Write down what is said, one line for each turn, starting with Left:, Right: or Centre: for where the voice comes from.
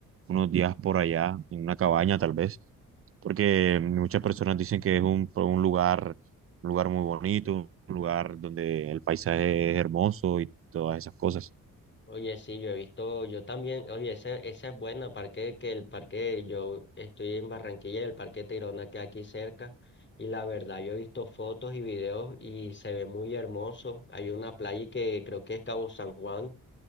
Right: unos días por allá, en una cabaña, tal vez. Porque muchas personas dicen que es un un lugar un lugar muy bonito, un lugar donde el paisaje es hermoso y todas esas cosas.
Left: Oye, sí, yo he visto, yo también, oye, esa, esa es buena, parque, que el parque, yo estoy en Barranquilla y el parque Tayrona que aquí cerca, y la verdad, yo he visto fotos y videos y se ve muy hermoso. Hay una playa que creo que es Cabo San Juan,